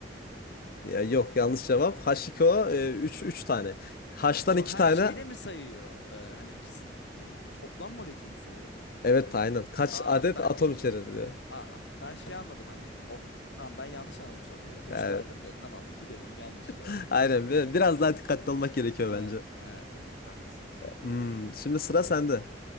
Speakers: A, on the left (about 55°); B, on the left (about 80°).
A: Ya yok yanlış cevap. H2O 3, 3 tane. H'tan
B: To
A: 2
B: ha
A: tane.
B: şeyi de mi sayıyor? Ee, hani ikisi bi- e, toplam molekül mü soruyordun?
A: Evet aynen. Kaç
B: Aa
A: adet
B: ben
A: atom
B: iki
A: içerir diyor.
B: aa, ben şey anladım hani o tamam ben yanlış anladım soruyu. Üç
A: Evet.
B: derdim de tamam iki dedim yanlış
A: <laughs>
B: doğru.
A: Aynen.
B: <laughs>
A: bi- Biraz daha dikkatli olmak gerekiyor
B: Aa,
A: bence.
B: Evet evet haklısın.
A: Hmm, şimdi sıra sende.